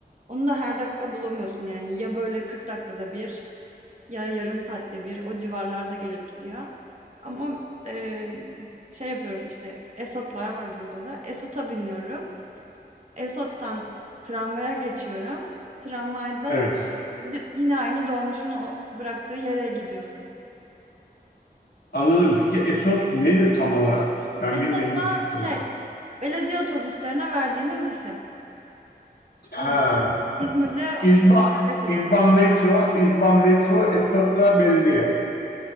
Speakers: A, on the right; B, on the left.
A: Onu da her dakika bulamıyorsun yani. Ya böyle 40 dakikada bir ya yarım saatte bir o civarlarda gelip gidiyor. Ama e, şey yapıyorum işte Esotlar var burada da. Esot'a biniyorum. Esot'tan tramvaya geçiyorum. Tramvayla
B: Evet.
A: yine aynı dolmuşun o bıraktığı yere gidiyorum.
B: Anladım. Peki ESOT nedir tam olarak? Ben
A: Esot
B: bilmediğim
A: da
B: için
A: şey,
B: soruyorum.
A: belediye otobüslerine verdiğimiz isim.
B: Ha.
A: Burada, İzmir'de
B: İzban.
A: bunlara Esot
B: İzban
A: diyor.
B: Metro. İzban Metro. ESOT da belediye.